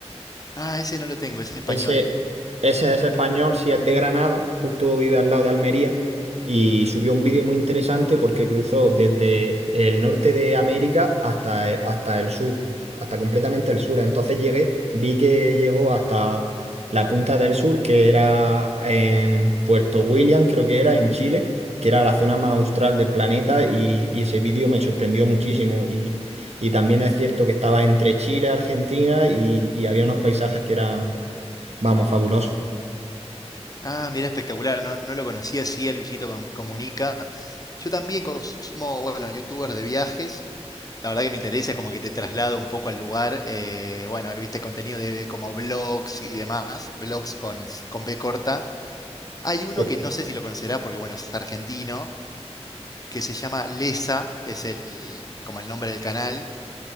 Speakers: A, on the left (about 35°); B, on the right (about 70°).
A: Ah, ese no lo tengo, ¿es en español?
B: Ese, ese es español, si es de Granada, justo vive al lado de Almería, y subió un vídeo muy interesante porque cruzó desde el norte de América hasta, eh, hasta el sur, hasta completamente el sur. Entonces llegué, vi que llegó hasta la punta del sur, que era en Puerto William, creo que era en Chile, que era la zona más austral del planeta, y, y ese vídeo me sorprendió muchísimo. Y, y también es cierto que estaba entre Chile, Argentina, y, y había unos paisajes que eran Vamos, fabuloso.
A: Ah, mira, espectacular. No, no lo conocía, sí, a Luisito Com- Comunica. Yo también consumo, bueno, youtubers de viajes. La verdad que me interesa, es como que te traslado un poco al lugar. eh, bueno, viste contenido de como blogs y demás, blogs con, <laughs> con B corta. Hay uno
B: Sí.
A: que no sé si lo conocerás porque, bueno, es argentino, que se llama Lesa, es el, como el nombre del canal